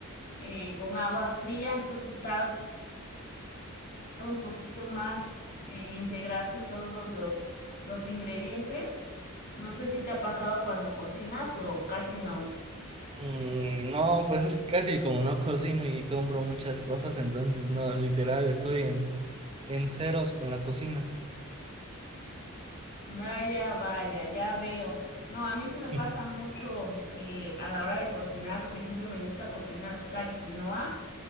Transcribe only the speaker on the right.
Mm, no, pues es que casi como no cocino y compro muchas cosas, entonces no, literal estoy en, en ceros con la cocina.
<laughs>